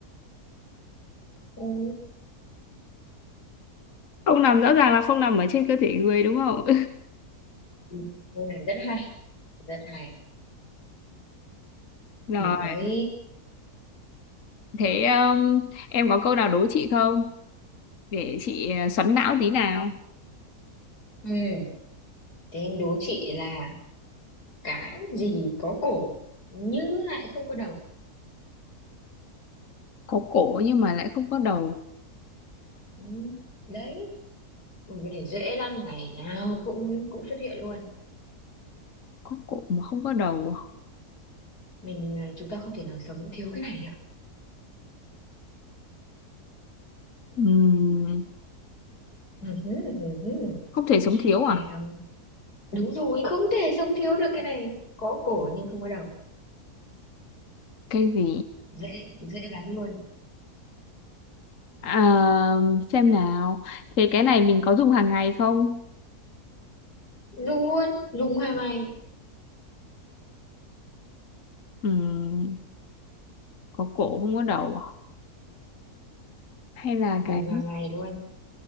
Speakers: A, on the left (about 85°); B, on the left (about 55°).
A: Ừ.
B: không nằm rõ ràng là không nằm ở trên cơ thể người đúng không
A: ừ. cái này rất hay rất hay
B: <laughs> rồi
A: được đấy
B: thế um, em có câu nào đố chị không để chị uh, xoắn não tí nào
A: ừ. thế em đố chị là cái gì có cổ nhưng lại không có đầu
B: có cổ nhưng mà lại không có đầu
A: ừ. đấy ừ, cái này dễ lắm ngày nào cũng cũng xuất hiện luôn
B: có cổ mà không có đầu à?
A: mình à, chúng ta không thể nào sống thiếu cái này
B: Ừm,
A: được <laughs>
B: không thể sống thiếu
A: hay
B: à
A: không đúng rồi không thể sống thiếu được cái này có cổ nhưng không có đầu
B: cái gì
A: dễ dễ lắm luôn
B: À, xem nào. Thế cái này mình có dùng hàng ngày không?
A: dùng luôn dùng hàng ngày
B: Ừm, có cổ không có đầu à? Hay là
A: dùng
B: cái
A: hàng ngày luôn